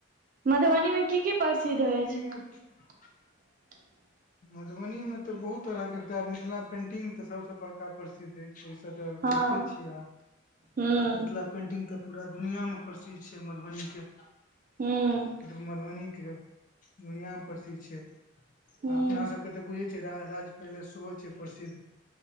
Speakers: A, on the right; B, on the left.
A: मधुबनीमे की की प्रसिद्ध अछि?
B: <unintelligible>
A: <inaudible>
B: मधुबनी में त बहुत तरहके एकटा मिथिला पेंटिंग तऽ सबसे बड़का प्रसिद्ध अछि। ओहिसँ तऽ
A: हँ
B: बुझिते छियै अह
A: हूँ
B: मतलब पेंटिंग तऽ पूरा दुनिया मे प्रसिद्ध छैय मधुबनी के।
A: हूॅं
B: मधुबनी के दुनिया मे प्रसिद्ध छैय।
A: हूँ
B: आ अपना सबके तऽ बुझै छियै राज पैलेस सेहो छैय प्रसिद्ध।